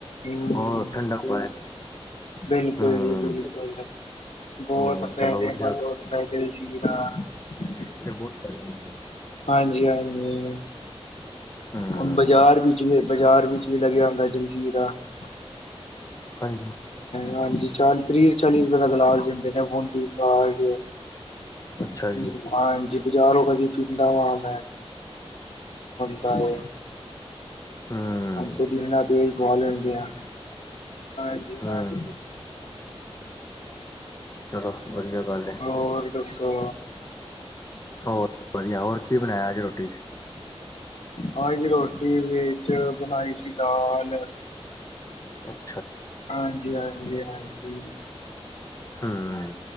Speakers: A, on the left; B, on the left.
A: ਹਮ
B: ਹੋਰ ਠੰਡੱਕ ਪਏ।
A: ਬਿਲਕੁਲ
B: ਹਮ
A: ਜੀ, ਬਿਲਕੁਲ ਬਹੁਤ
B: ਹਮ
A: ਫਾਇਦੇ
B: ਚਲੋ ਵਧੀਆ
A: ਮੰਦ, ਹੁੰਦਾ ਹੈ। <inaudible> <inaudible>
B: <inaudible> <inaudible>
A: ਹਾਂਜੀ ਹਾਂਜੀ?
B: ਹਮ
A: ਹੁਣ, ਬਾਜ਼ਾਰ ਵਿੱਚ ਵੀ, ਬਾਜ਼ਾਰ ਵਿੱਚ ਵੀ, ਲੱਗਿਆ ਹੁੰਦਾ ਜਲਜੀਰਾ। <unintelligible>
B: ਹਾਂਜੀ
A: ਹਾਂਜੀ, ਚਾਲੀ ਰੁਪਏ ਦਾ ਗਲਾਸ ਦਿੰਦੇ ਨੇ, ਬੂੰਦੀ ਪਾ ਕੈ। ਹਾਂਜੀ,
B: ਅੱਛਾ ਜੀ
A: ਬਾਜ਼ਾਰੋਂ ਕਦੀ ਪੀਂਦਾ ਵਾ ਮੈਂ। ਪੁਦੀਨਾ, ਅਸੀਂ
B: ਹਮ
A: ਵਿਚ ਪੁਦੀਨਾ ਤੇਜ ਪੁਵਾ ਲੈਣੇ ਆਂ? ਹਾਂਜੀ
B: ਹਮ
A: ਹਾਂਜੀ
B: ਚਲੋ ਵਧੀਆ, ਗੱਲ ਏ।
A: ਹੋਰ ਦੱਸੋ
B: ਹੋਰ ਵਧੀਆ, ਹੋਰ ਕੀ ਬਣਾਇਆ ਅੱਜ ਰੋਟੀ ਚ?
A: ਹਾਂ ਜੀ, ਰੋਟੀ ਵਿੱਚ ਬਣਾਈ ਸੀ ਦਾਲ?
B: ਹਹ <inaudible>
A: ਹਾਂਜੀ ਹਾਂਜੀ ਹਾਂਜੀ,
B: ਹੂੰ